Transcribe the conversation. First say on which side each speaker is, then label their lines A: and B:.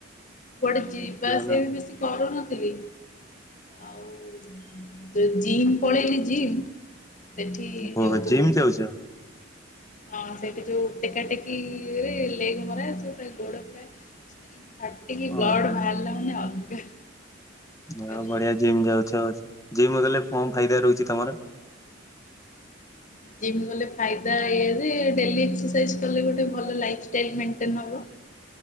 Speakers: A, on the left; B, on the left.
A: କୁଆଡେ ଯିବା
B: ଦେଖିବ
A: ଆସିବା
B: ନା
A: ବି ବେଶୀ କରୁନଥିଲି ଆଉ। ତ ଜିମ୍ ପଳେଇନି ଜିମ୍। ସେଠି
B: ଓହୋ
A: ଯୋଉ
B: ଜିମ୍ ଯାଉଛ?
A: ହଁ ସେଇଠି ଯୋଉ ଟେକାଟେକିରେ ଲେଗ ମରା ସେ ଗୋଡ ପୁରା କାଟିକି ବ୍ଲଡ
B: ଓହୋ
A: ବାହାରିଲା ମାନେ ଅଲଗା। ପ୍ରକାର।
B: ହ ବଢିଆ ଜିମ୍ ଯାଉଛ ଜିମ୍ ଗଲେ କଣ ଫାଇଦା ରହୁଛି ତମର?
A: ଜମ୍ ଗଲେ ଫାଇଦା ଏଆଯେ ଡେଲି ଏସ୍ରରସାଏଜ୍ କଲେ ଭଲ ଲାଇଫଟାଇଲିମେଟେନ୍ ହେବ।